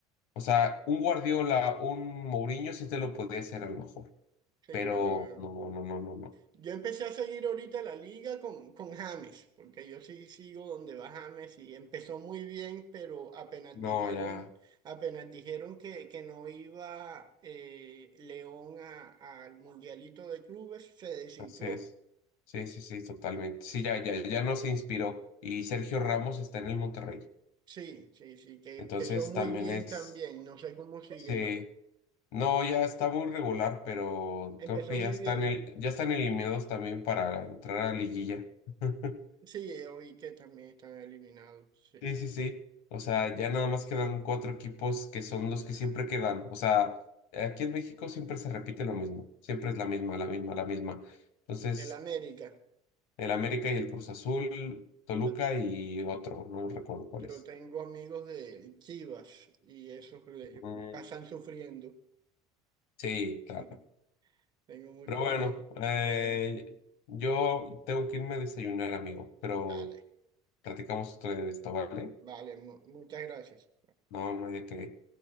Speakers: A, on the left; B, on the right.
A: O sea, un Guardiola, un Mourinho sí te lo podría hacer a lo mejor,
B: sí,
A: pero
B: pero
A: no, no, no, no, no.
B: Yo empecé a seguir ahorita la liga con, con James, porque yo sí sigo donde va James y empezó muy bien, pero apenas
A: No,
B: dijeron,
A: ya,
B: apenas dijeron que, que no iba eh, León a- al Mundialito de Clubes, se desinfló.
A: así es. Sí, sí, sí, totalmente. Sí, ya, ya, ya no se inspiró. Y Sergio Ramos está en el Monterrey.
B: Sí, sí, sí, que
A: Entonces
B: empezó muy
A: también
B: bien
A: es,
B: también, no sé cómo siguiendo.
A: sí, No, ya está muy regular, pero
B: Empezó
A: creo que ya
B: muy
A: están
B: bien.
A: el, ya están eliminados también para entrar a liguilla. <laughs>
B: Sí, oí que también están eliminados, sí.
A: Sí, sí, sí. O sea, ya nada más quedan cuatro equipos que son los que siempre quedan. O sea, aquí en México siempre se repite lo mismo. Siempre es la misma, la misma, la misma. Entonces,
B: El América.
A: el América y el Cruz Azul, Toluca
B: Yo
A: y otro, no recuerdo
B: Yo
A: cuál es.
B: tengo amigos de Chivas y esos le
A: Mm,
B: pasan sufriendo.
A: sí, claro.
B: <laughs> Tengo muchos
A: Pero bueno,
B: amigos.
A: eh,
B: Bueno,
A: yo tengo que irme a desayunar, amigo. Pero
B: dale.
A: Platicamos otro de esto, ¿vale?
B: Vale, mu- muchas gracias.
A: No, no hay de qué.